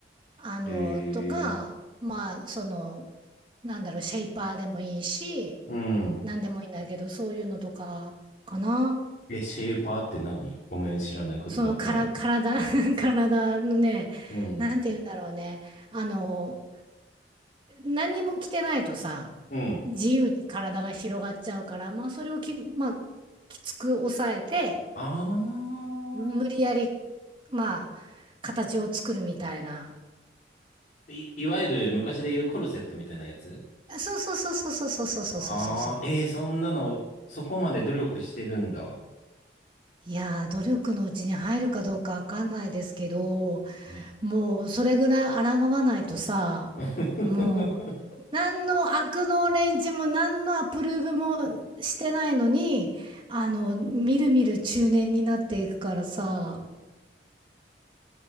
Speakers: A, on the right (about 30°); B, on the left (about 50°).
A: あの、
B: ー、へえ。
A: とか、まあ、その、なんだろう、シェイパーでもいいし、
B: うん。
A: なんでもいいんだけど、そういうのとかかな。
B: え、シェーパーって何ごめん、知らないことばっかり。
A: そのから体、<laughs> 体のね、
B: うん。
A: なんて言うんだろうね。あの、何にも着てないとさ、
B: うん。
A: 自由に体が広がっちゃうから、まあそれをき、まあ、きつく抑えて、
B: あ
A: 無理やり、まあ、形を作るみたいな。
B: あ。い、いわゆる昔で言うコルセットみたいなやつ
A: そうそうそうそうそうそうそうそうそうそう。
B: ああー、えー、そんなの、そこまで努力してるんだ。
A: いやー、努力のうちに入るかどうかわかんないですけど、
B: ね。
A: もうそれぐらい抗わないとさ、
B: <laughs>
A: もう何の悪のレンジも何のアプローブもしてないのに、あの、みるみる中年になっていくからさ、